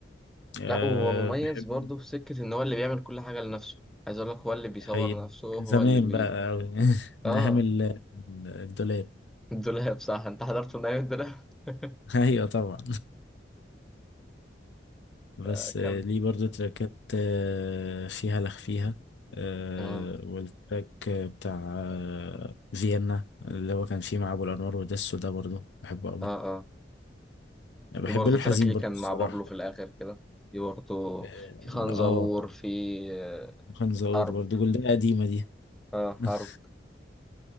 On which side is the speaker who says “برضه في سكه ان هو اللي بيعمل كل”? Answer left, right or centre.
Centre